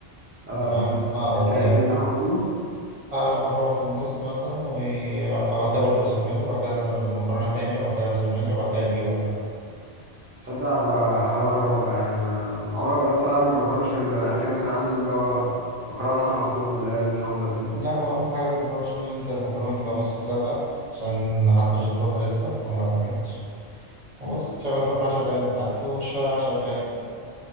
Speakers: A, on the right (about 20°); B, on the right (about 40°).
A: اه آه.
B: تمام اه و
A: كده اجيب لحمه مفرومه
B: اه لحمة مفرومة في النص مثلا وأغطيها برضه بشاميل وبعد كده المكرونة تاني وبعد كده بشاميل وبعد كده الجبن بقى
A: تصدق بحاول اجربها يعني انا عمري ما جربت اعمل مكرونه بشاميل انا اخري مثلا اعمل اللي هو مكرونه لحمه مفرومه اللي هي الحمرا دي فاهم
B: لا هو أهم حاجة في المكرونة بشاميل إن أنت المكرونة تبقى نص سلقة عشان هتخش الفرن لسه فما عجنش وبس تشغل الفرن عشر دقايق من تحت والشوية عشر دقايق